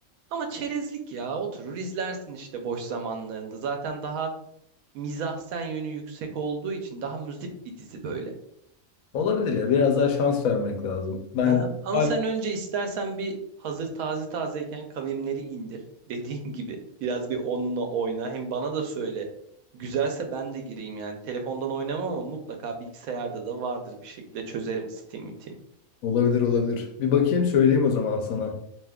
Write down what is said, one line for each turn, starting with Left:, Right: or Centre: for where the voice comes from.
Right: ama çerezlik ya oturur izlersin işte boş zamanlarında. Zaten daha mizahsen yönü yüksek olduğu için daha müzip bir dizi böyle.
Left: Olabilir ya, biraz daha şans vermek lazım. Ben
Right: Ha, ama
Left: Ay-
Right: sen önce istersen bir hazır taze tazeyken kavimleri indir. Dediğin <laughs> gibi biraz bir onunla oyna. Hem bana da söyle. Güzelse ben de gireyim yani. Telefondan oynamam ama mutlaka bilgisayarda da vardır bir şekilde çözerim Steam, Steam.
Left: Olabilir olabilir. Bir bakayım söyleyeyim o zaman sana.